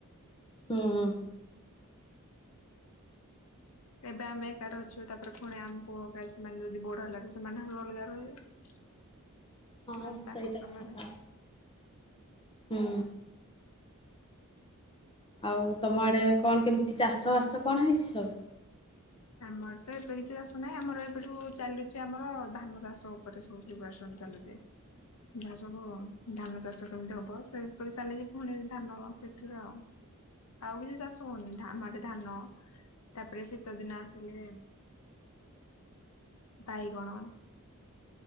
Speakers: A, on the left (about 25°); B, on the left (about 80°).
A: ହୁଁ ହୁଁ।
B: ଏବେ ଆମେ ଏକାଟି ଅଛୁ ତାପରେ ପୁଣି ଆମ ପୁଅ କାଲି ସେମାନେ ଯଦି ବଡ ହେଲା ସେମାନେ ଅଲଗା ରହିବେ। ସେମାନେ
A: ହଁ
B: ତାଙ୍କ
A: ସେଇଟା
B: କାମରେ
A: ବି ସତ। ହୁଁ ଆଉ ତମ ଆଡେ କଣ କେମିତି ଚାଷ ବାସ କଣ ହେଇଛି ସବୁ?
B: ଆମର ତ ଏବେ କିଛି ଚାଷ ନାହିଁ ଆମର ଏବେଠୁ ଚାଲୁଛି ଆମର ଧାନ ଚାଷ ଉପରେ ସବୁ ପ୍ରିପାରେସନ ଚାଲୁଛି। ସବୁ ଆଉ ଧାନ ଚାଷ କେମିତି ହବ ସେପରି ଚାଲିିକି ପୁଣି ଧାନ ସେଥିରେ ଆଉ। ଆଉ କିଛି ଚାଷ ହଉନି। ଆମ ଆଡ଼େ ଧାନ ତାପରେ ଶୀତଦିନ ଆ ସିଲେ ବାଇଗଣ।